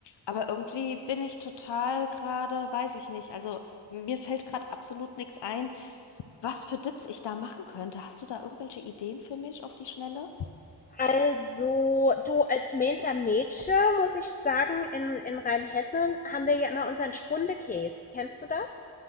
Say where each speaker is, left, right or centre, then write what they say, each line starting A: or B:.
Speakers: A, on the left; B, on the left.
A: Aber irgendwie bin ich total gerade, weiß ich nicht, also mir fällt gerade absolut nichts ein, was für Dips ich da machen könnte. Hast du da irgendwelche Ideen für mich auf die Schnelle?
B: Also, du, als Mainzer mädchen muss ich sagen, in, in Rheinhessen haben wir ja immer unseren Spundekäs. Kennst du das?